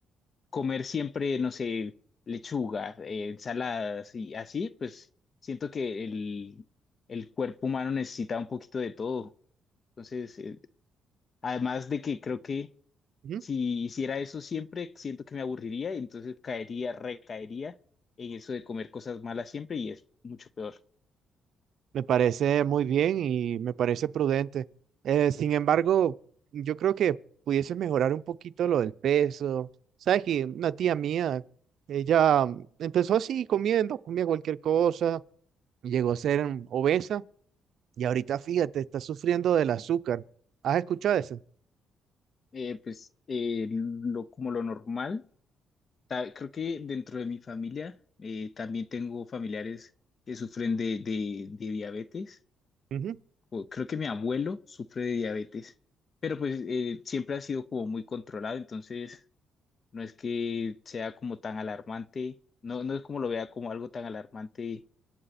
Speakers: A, on the left; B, on the right.
A: comer siempre, no sé, lechuga, eh, ensaladas y así, pues siento que el, el cuerpo humano necesita un poquito de todo. Entonces, eh, Además de que creo que
B: Ujú.
A: si hiciera eso siempre, siento que me aburriría y entonces caería, recaería en eso de comer cosas malas siempre y es mucho peor.
B: Me parece muy bien y me parece prudente. Eh, sin embargo, yo creo que pudieses mejorar un poquito lo del peso. Sabes que una tía mía, ella mm, empezó así comiendo, comía cualquier cosa, llegó a ser mm, obesa y ahorita, fíjate, está sufriendo del azúcar. ¿Has escuchado eso?
A: Eh, pues eh, lo, como lo normal, ta- creo que dentro de mi familia eh, también tengo familiares que sufren de, de- de diabetes.
B: Ujú.
A: O creo que mi abuelo sufre de diabetes, pero pues eh, siempre ha sido como muy controlado, entonces No es que sea como tan alarmante, no, no es como lo vea como algo tan alarmante